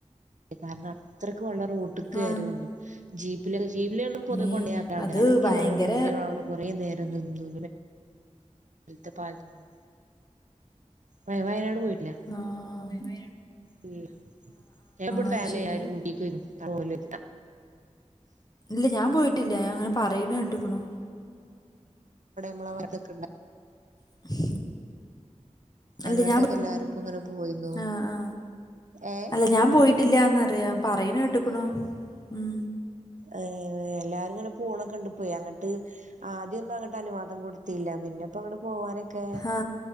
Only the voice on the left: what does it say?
ആ
ഏ
അത്
ഭയങ്കര
ആഹ്
അത് ശരി
ഇല്ല ഞാൻ പോയിട്ടില്ല ഞാൻ ഇങ്ങനെ പറയ്ണേ കേട്ട്ക്ക്ണു
<unintelligible> ഇല്ല
ഞാൻ
ആ ആ
അല്ല ഞാൻ പോയിട്ടില്ലന്ന് പറിയാ പറയ്ണ കേട്ട്ക്ക്ണു ഉം
ആ